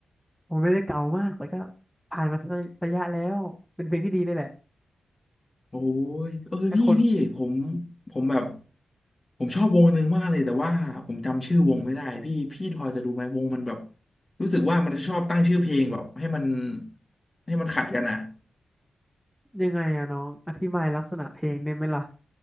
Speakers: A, in the centre; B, on the left.
A: ผมไม่ได้เก่ามากแต่ก็ผ่านมาสักระยะแล้วเป็นเพลงที่ดีเลยแหละ
B: โอ้ยเออพี่พี่ผม
A: แต่คน
B: ผมแบบ ผมชอบวงหนึ่งมากเลยแต่ว่าผมจำชื่อวงไม่ได้พี่พี่พอจะดูไหมวงมันแบบรู้สึกว่ามันจะชอบตั้งชื่อเพลงแบบให้มันให้มันขัดกันนะ
A: ยังไงอะน้องอธิบายลักษณะเพลงได้ไหมล่ะ